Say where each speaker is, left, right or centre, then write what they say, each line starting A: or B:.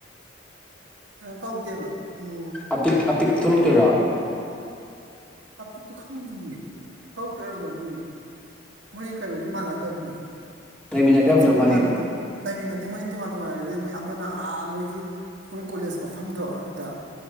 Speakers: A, on the right (about 80°); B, in the centre.
A: ꯀꯩꯅꯣ ꯇꯧꯗꯦꯕ ꯎꯝ
B: ꯑꯄꯤꯛ ꯑꯄꯤꯛ ꯊꯣꯛꯂꯛꯇꯣꯏꯔꯥ
A: ꯑꯄꯤꯠꯇꯨ ꯈꯪꯗ꯭ꯔꯤꯌꯦ ꯍꯥꯎ ꯇꯔꯒꯅꯤꯌꯦ ꯃꯣꯏ ꯀꯩꯅꯣꯗꯤ ꯃꯥꯟꯅꯗꯕꯅꯤ
B: ꯂꯩꯃꯤꯟꯅꯗ꯭ꯔꯕ
A: ꯁꯞꯖꯦꯛꯇꯤ
B: ꯅꯠꯇ꯭ꯔꯕ ꯋꯥꯅꯤ
A: ꯃꯥꯟꯅꯗꯕ ꯂꯩꯃꯤꯟꯅꯗꯤ ꯃꯣꯏꯅ ꯇꯣꯉꯥꯟ ꯇꯣꯉꯥꯟꯅ ꯂꯩꯅꯤ ꯃꯣꯏ ꯑꯃꯅ ꯃꯣꯏꯒꯤ ꯃꯣꯏ ꯀꯣꯂꯦꯖ ꯃꯐꯝꯗꯣ ꯑꯗꯨꯗ